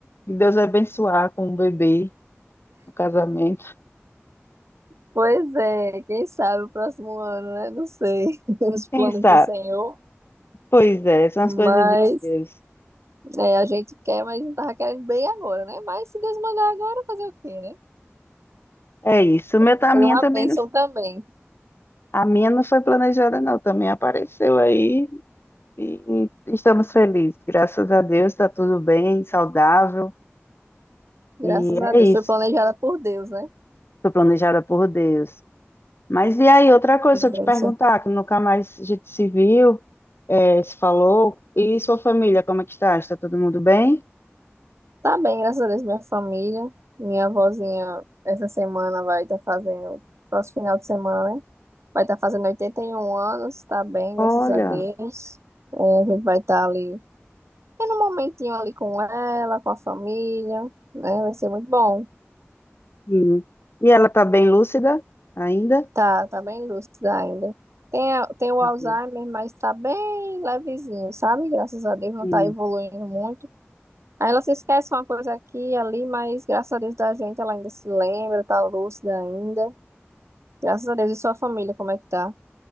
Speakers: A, on the left; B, on the right.
A: Que Deus abençoar com o bebê, o casamento.
B: Pois é, quem sabe o próximo ano, né? Não sei, <laughs> os
A: Quem
B: planos
A: sabe?
B: do Senhor,
A: Pois é, são as coisas
B: mas
A: de Deus.
B: é, a gente quer, mas não tava querendo bem agora, né? Mas se Deus mandar agora, fazer o quê, né?
A: É isso.
B: Então,
A: O meu,
B: Vai
A: tá-
B: ser
A: a minha
B: uma
A: também
B: bênção
A: não,
B: também,
A: a minha não foi planejada, não. Também apareceu aí e estamos felizes. Graças a Deus, está tudo bem, saudável.
B: graças
A: E
B: a
A: é
B: Deus.
A: isso.
B: Foi planejada por Deus, né?
A: Foi planejada por Deus. Mas e aí, outra coisa,
B: Que Bênção.
A: se eu te perguntar, que nunca mais a gente se viu, eh, se falou, e sua família, como é que está? Está todo mundo bem?
B: Tá bem, graças a Deus, minha família, minha avózinha, essa semana vai estar fazendo, próximo final de semana, né? Vai estar fazendo 81 anos, tá bem,
A: Olha,
B: graças a Deus. É, a gente vai estar ali É no momentinho ali com ela, com a família, né? Vai ser muito bom.
A: sim. E ela está bem lúcida ainda?
B: Tá, tá bem lúcida ainda. Tem, a- tem o
A: Uhum.
B: Alzheimer, mas tá bem levezinho, sabe? Graças a Deus não
A: Sim,
B: tá evoluindo muito. Aí ela se esquece uma coisa aqui e ali, mas graças a Deus da gente ela ainda se lembra, tá lúcida ainda. Graças a Deus. E sua família, como é que tá?